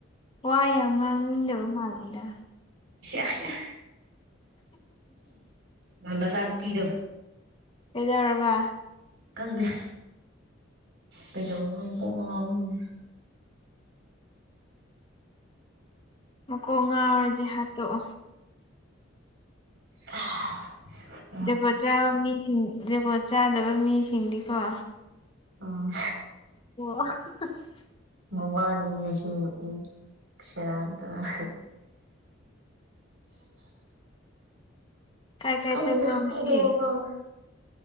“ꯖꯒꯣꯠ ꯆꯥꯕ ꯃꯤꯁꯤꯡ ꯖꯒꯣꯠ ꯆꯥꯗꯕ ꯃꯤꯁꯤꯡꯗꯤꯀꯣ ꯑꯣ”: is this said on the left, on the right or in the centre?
Left